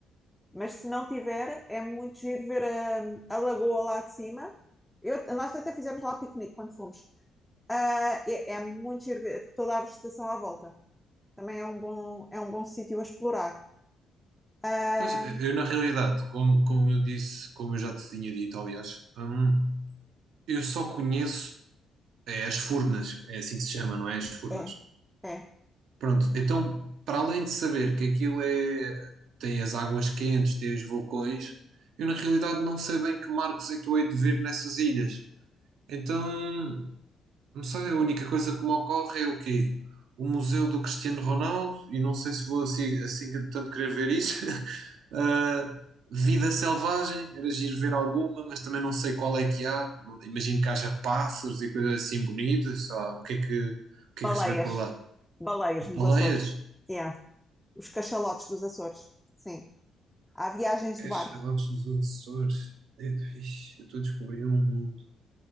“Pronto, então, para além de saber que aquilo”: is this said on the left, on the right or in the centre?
Right